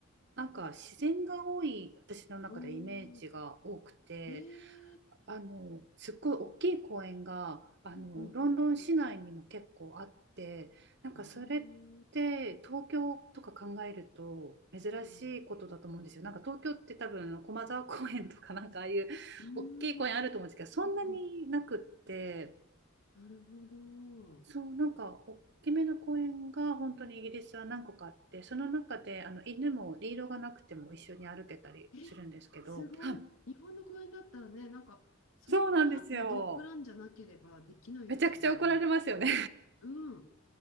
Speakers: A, on the right (about 55°); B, on the left (about 80°).
A: なんか自然が多い、私の中でイメージが多くて、
B: おー。えー。
A: あの、すっごい大きい公園が、あの、
B: うんうんうん。
A: ロンドン市内にも結構あって、なんかそれって、
B: あー。
A: 東京とか考えると珍しいことだと思うんですよ。
B: うん。
A: なんか東京って多分駒沢公園とかなんかああいう大きい公園あると思うんですけど、
B: うん。うん
A: そんなになくって、
B: うん。なるほど。
A: そう、なんか大きめの公園が本当にイギリスは何個かあって、その中であの犬もリードがなくても一緒に歩けたりするんですけど、
B: え、すごい。
A: はい
B: 日本の公園だったらね、なんか、そんなのドッグランじゃなければできないですよね。
A: そうなんですよ。めちゃくちゃ怒られますよね。
B: うん。